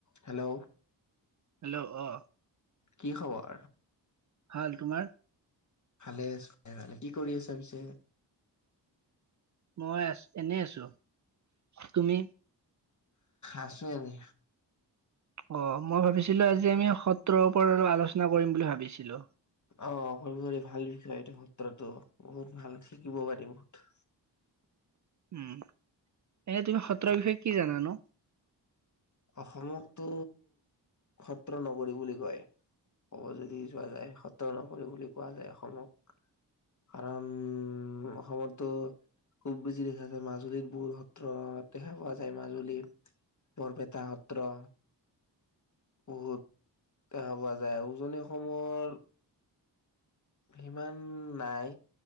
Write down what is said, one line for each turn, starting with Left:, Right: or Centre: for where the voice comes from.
Left: Hello
Right: hello অ
Left: কি খবৰ?
Right: ভাল তোমাৰ
Left: ভালে আছো দিয়া ভালে। কি কৰি আছা পিছে
Right: মই আছ আছো এনে আছো তুমি
Left: আছো এনে
Right: অ মই ভাবিছিলো আজি আমি সত্ৰৰ ওপৰত অলপ আলোচনা কৰিম বুলি ভাবিছিলো
Left: অ কৰিব পাৰি ভাল বিষয় এইটো সত্ৰতো বহুত ভাল শিকিব পাৰি বহুত
Right: উম এনে তুমি সত্ৰৰ বিষয়ে কি জানানো
Left: অসমকতো সত্ৰ নগৰী বুলি কয় ক'ব যদি যোৱা যায় সত্ৰ নগৰী বুলি কোৱা যায় অসমক কাৰণ অসমতটো খুব বেছি দেখা যায় মাজুলীত বহুত সত্ৰ দেখা পোৱা যায় মাজুলী বৰপেট টা সত্ৰ বহুত দেখা পোৱা যায় আউ উজনি অসমৰ সিমান নাই